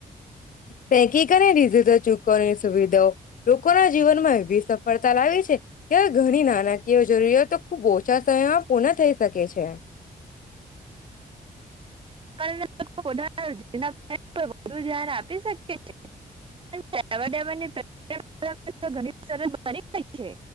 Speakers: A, on the left; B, on the right.
A: પેક અને ડીઝિટલ ચૂકવવાની સુવિધાઓ. લોકોના જીવનમાં એવી સફળતા લાવી છે, કે હવે ઘણી નાણાકીય જરૂરિયાતો ખૂબ ઓછા સમયમાં પૂર્ણ થઈ શકે છે.
B: યાન આપી શકે છેે. <unintelligible> <unintelligible> ઘણીત સરસ ગઈ છે.